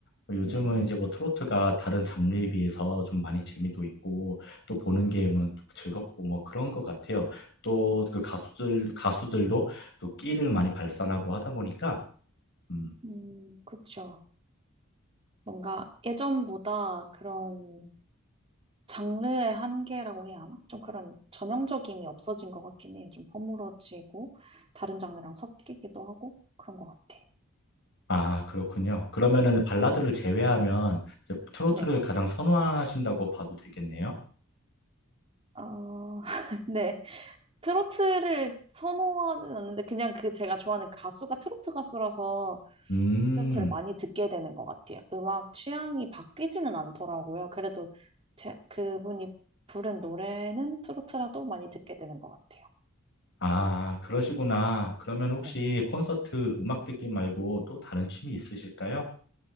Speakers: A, on the left (about 55°); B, on the right (about 25°).
A: 뭐 요즘은
B: 네.
A: 이제 뭐 트로트가 다른 장르에 비해서 좀 많이 재미도 있고 또 보는 게뭐 즐겁고 뭐 그런 것 같아요. 또 그 가수들 가수들도 또 끼를 많이 발산하고 하다 보니까 음,
B: 음, 그쵸. 뭔가 예전보다 그런 장르의 한계라고 해야 하나? 좀 그런 전형적임이 없어진 것 같긴 해요. 좀 허물어지고, 다른 장르랑 섞이기도 하고, 그런 것 같아.
A: 아, 그렇군요. 그러면은 발라드를
B: 네,
A: 제외하면 이제 트로트를
B: 네.
A: 가장 선호하신다고 봐도 되겠네요.
B: 어, <laughs> 네. 트로트를 선호하는 않는데 그냥 그 제가 좋아하는 가수가 트로트 가수라서
A: 음,
B: 트로트를 많이 듣게 되는 것 같아요. 음악 취향이 바뀌지는 않더라고요. 그래도 제, 그분이 부른 노래는 트로트라도 많이 듣게 되는 것 같아요.
A: 아, 그러시구나. 그러면 혹시
B: 네.
A: 콘서트 음악 듣기 말고 또 다른 취미 있으실까요?